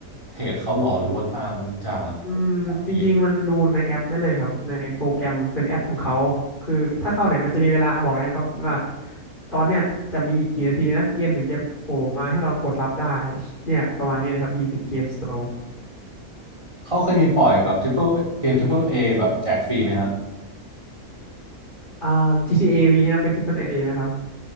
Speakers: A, on the right; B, on the left.
A: เพจเขาหรอหรือว่าตามจาก
B: อืมจริงๆมันดูในแอปได้เลยครับในโปรแกรมเป็นแอปของเขาคือถ้าเข้าเนี่ยมันจะมีเวลาบอกนะครับว่า
A: เพจ
B: ตอนเนี้ยจะมีอีกกี่นาทีนะเกมถึงจะโผล่มาให้เรากดรับได้เนี่ยประมาณนี้เลยครับ Epic Game Store
A: เขาเคยมีปล่อยแบบทริปเปิลเกมทริปเปิลเอแบบแจกฟรีไหมฮะ
B: อ่า GTA V นะเป็น Triple A ไหมครับ